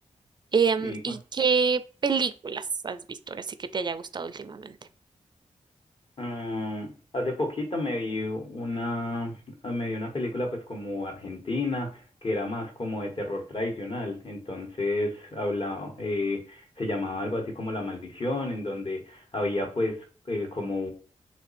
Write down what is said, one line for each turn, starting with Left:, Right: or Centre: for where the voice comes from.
Right: Em,
Left: Y bueno,
Right: ¿y qué películas has visto así que te haya gustado últimamente?
Left: ah, hace poquito me vi una, me vi una película pues como argentina, que era más como de terror tradicional. Entonces hablaba, eh, se llamaba algo así como La Maldición, en donde había pues eh, como